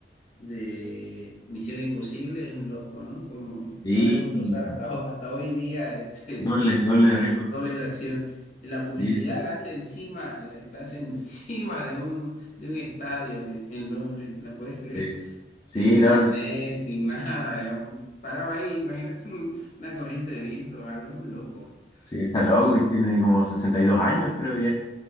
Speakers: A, on the left; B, on the left.
A: de Misión Imposible, es un loco, ¿no? Como
B: Sí,
A: no le gusta
B: y
A: usar hasta, ho- hasta hoy día <laughs> este
B: doble, doble de riesgo.
A: dobles de acción. Y la publicidad
B: Sí, sí,
A: la hace encima, la, la hace <laughs> encima de un, de un estadio eh, en Londres, ¿la puedes creer?
B: sí.
A: <laughs>
B: Sí,
A: Y sin
B: no,
A: arnés, sin nada, digamos. paraba ahí, imagínate un- una corriente de viento o algo, es un loco.
B: sí, está loco
A: Pero
B: y tiene como 62 años, creo ya.